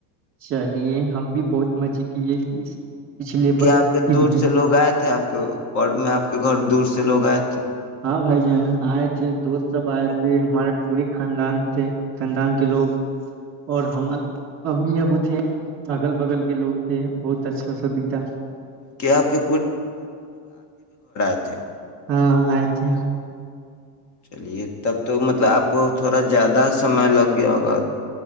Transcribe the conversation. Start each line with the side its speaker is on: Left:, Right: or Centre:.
Right: چلیے ہم بھی بہت مزے کیے اس پچھلے
Left: کیا
Right: ب-
Left: آپ کے
Right: عید
Left: دور
Right: میں
Left: سے لوگ آئے تھے آپ کے اور میں آپ کے گھر دور سے <unintelligible> سے لوگ آ <unintelligible>
Right: ہاں بھائی جان آئے تھے دوست سب آئے تھے ہمارے پورے خاندان تھے خاندان کے لوگ اور ہمارے امی ابو تھے اگل بگل کے لوگ تھے بہت اچھا سا بیتا
Left: کہ آپ کے ا <unintelligible>
Right: ہاں آئے تھے
Left: چلیے تب تو مطلب آپ کو تھوڑا زیادہ سمئے لگ گیا ہوگا